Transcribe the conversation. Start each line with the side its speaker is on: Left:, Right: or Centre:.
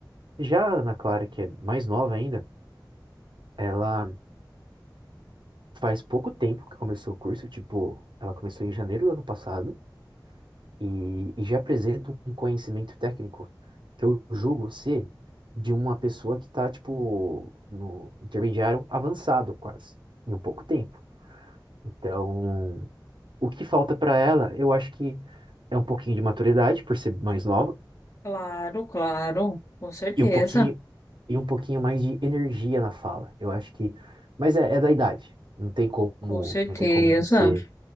Right: Já a Ana Clara, que é mais nova ainda, ela Faz pouco tempo que começou o curso, tipo, ela começou em janeiro do ano passado e, e já apresenta um conhecimento técnico que eu julgo ser de uma pessoa que tá, tipo, no intermediário avançado quase, em um pouco tempo. Então, o que falta para ela, eu acho que é um pouquinho de maturidade, por ser mais nova,
Left: claro, claro. Com certeza.
Right: e um pouquinho, e um pouquinho mais de energia na fala. Eu acho que, mas é, é da idade. Não tem como,
Left: Com certeza.
Right: não tem como você